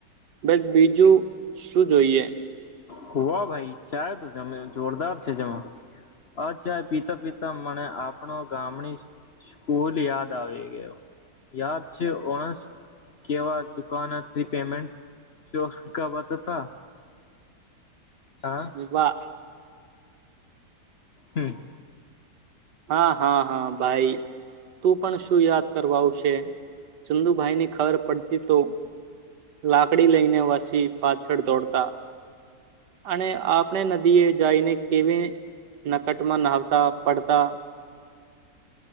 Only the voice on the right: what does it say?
બસ બીજું શું જોઈએ
વાહ
હા હા હા ભાઈ તું પણ શું યાદ કરવા આવશે ચંદુભાઈ ની ખર પડતી તો લાકડી લઈને વસી પાછળ દોડતા અને આપને નદીએ જઈને કેવી નકટમાં નહાવ તા પડતા